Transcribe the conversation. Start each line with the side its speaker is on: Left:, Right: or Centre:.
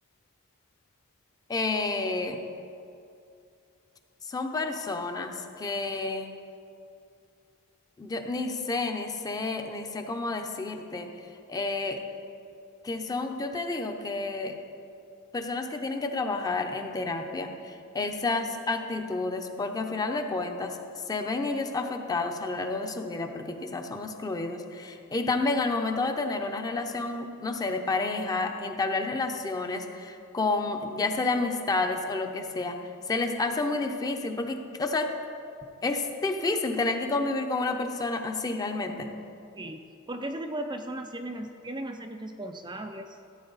Left: eh, son personas que Yo ni sé, ni sé, ni sé cómo decirte. Eh, que son, yo te digo que personas que tienen que trabajar en terapia, esas actitudes, porque al final de cuentas se ven ellos afectados a lo largo de su vida, porque quizás son excluidos. Y también al momento de tener una relación, no sé, de pareja, entablar relaciones con, ya sea de amistades o lo que sea, se les hace muy difícil, porque, o sea, es difícil tener que convivir con una persona así, realmente.
Right: Sí, porque ese tipo de personas tienden a, tienden a ser irresponsables,